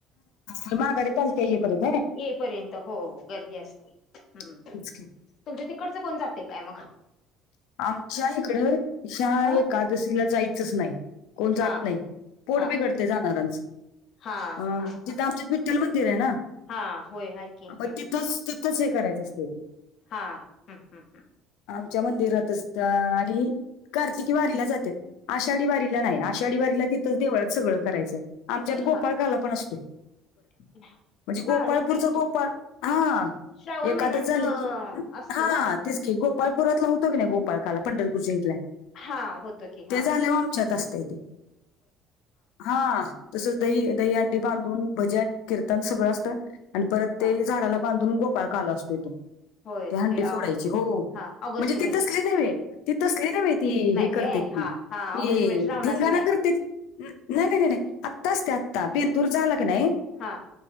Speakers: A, on the left; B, on the left.
A: तुम गडीपाल के <unintelligible>
B: ये पर्यंत हो गर्दी असते हम्
A: तेच
B: तुमच्या
A: की
B: तिकडचं कोण जाते काय मग <unintelligible>
A: आमच्या इकड शा
B: ह
A: एकादशीला जायचंच नाही कोण जात
B: हा
A: नाही पोट
B: हा
A: बिघडतय जाणाऱ्यांच
B: हा
A: अ
B: हा
A: तिथं
B: हा हा.
A: आमच विठ्ठल मंदिर आहे ना
B: हा होय हाय की
A: मग
B: हम्म
A: तिथंच हे करायचं असते ते
B: हा हम्म हम्म हम्म.
A: आमच्या मंदिरात आणि <unintelligible> कार्तिकी वारीला जाते आषाढी वारीला नाही आषाढी वारीला तिथंच देवळात सगळं करायचं आमच्यात गोपाळकाला
B: हा
A: पण असतय <unintelligible>
B: <unintelligible> <unintelligible>
A: म्हणजे गोपाळपूरच
B: नंतर हम्म.
A: गोपाळ हा
B: श्रावण
A: एकादस
B: महिन्यात
A: झाले की
B: असतं
A: हा
B: ना
A: तेच गोपाळपुरातला होतो की नाही गोपाळकाला पंढरपूरच्या हितला
B: हा होतं की हा
A: <unintelligible> ते झाल्यावर आमच्यात असतय ते. हा तसच दही दही न बांधून भजन कीर्तन सगळं असतं आणि परत ते
B: हा
A: झाडाला बांधून गोपाळ काल असतो तो
B: होय
A: ती हंडी
B: ते
A: फोडायची
B: आ
A: हो
B: हा ऑगस्ट
A: म्हणजे
B: महिन्यात
A: तसली न्हवे. ती तसली न्हवे ती
B: नाही
A: हे करतेेत
B: काय
A: ती
B: हा हा ऑगस्ट
A: ती
B: महिन्यात श्रावणातली
A: ठिंगाणा
B: नाही
A: करतेत नाही नाही नाही नाही आत्ताच ते आत्ता बेंदूर झाला की नाही
B: हा